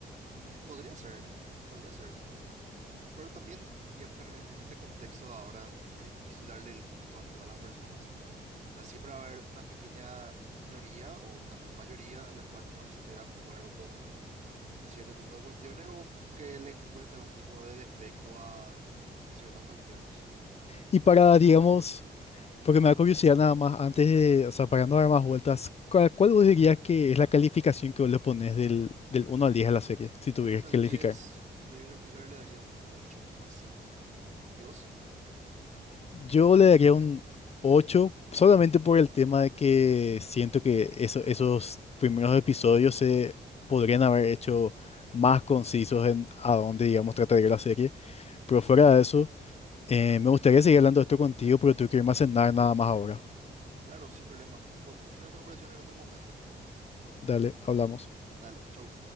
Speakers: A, on the right; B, on the left.
A: mm, podría ser, podría ser. Pero también, digamos en, en este contexto de ahora es difícil darle el gusto a todas las personas. O sea, siempre va a haber una pequeña minoría o también mayoría a la cual no esté de acuerdo con cierto tipo de cuestiones o que le encuentre algún tipo de defecto a ciertas cuestiones.
B: Y para, digamos, porque me da curiosidad nada más, antes de, o sea, para no dar más vueltas, ¿cuál, cuál vos dirías que es la calificación que vos le pones del, del uno al 10 a la serie, si tuvieras
A: Del uno
B: que
A: al
B: calificar?
A: 10 si tuviera que calificar, le daría un ocho coma cinco ¿Y vos?
B: Yo le daría un 8 solamente por el tema de que siento que eso- esos primeros episodios se podrían haber hecho más concisos en a dónde, digamos, trataría la serie. Pero fuera de eso, eh, me gustaría seguir hablando de esto contigo, pero tengo que irme a cenar nada más ahora.
A: Claro, sin problema. Podemos continuar esta conversación en otro momento.
B: Dale, hablamos.
A: Dale, chau.